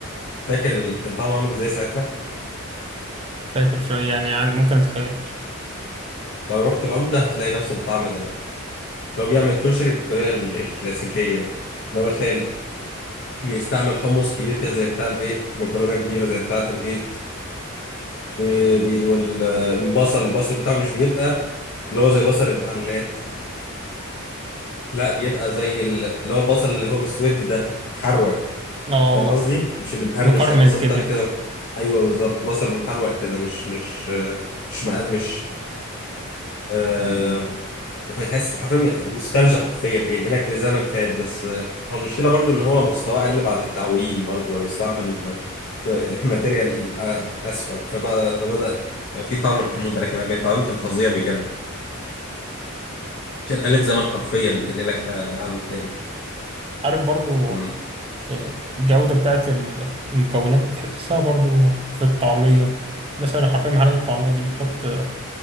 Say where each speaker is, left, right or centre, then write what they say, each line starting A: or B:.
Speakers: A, on the left; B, on the right.
A: فاكر اللي كان طعمه عامل ازاي ساعتها
B: فاكر شوية يعني عن ممكن اتخيلها شوية.
A: لو رحت العمدة هتلاقي نفس الطعم ده لو بيعمل كشري بالطريقة ال- الكلاسيكية لو تلاقي بيستعمل حمص كبير كده زي بتاع البيت مكرونة كبيرة زي بتاعة البيت وبي- وال- والبصل البصل بتاعه مش بيبقى اللي هو زي بصل المحلات لا بيبقى زي ال- اللي هو البصل اللي هو مسود ده محروق
B: اه
A: فاهم قصدي مش اللي مقرمش
B: مكرمل
A: لا بصل
B: كده
A: طري كده ايوه بالظبط بصل محروق كده مش مش مش مقرمش آه، فتحس حرفيا من- نوستالجيا حرفيا بينقلك لزمن فات بس آه، هو المشكله برضو ان هو مستواه قل بعد التعويم برضو هو بيستعمل م- ك- <laughs> ماتيريال آه، اسفل فبقى فبدا بقى في طعم الحموضه لكن قبل التعويم كان فظيع بجد كان آلة زمن حرفيا بتنقلك ل- لعالم تاني
B: عارف برضو
A: مم.
B: آه، الجودة بتاعت ال- المكونات بتحسها برضو في الطعمية مثلا حرفيا محلات الطعمية دي بتحط آه،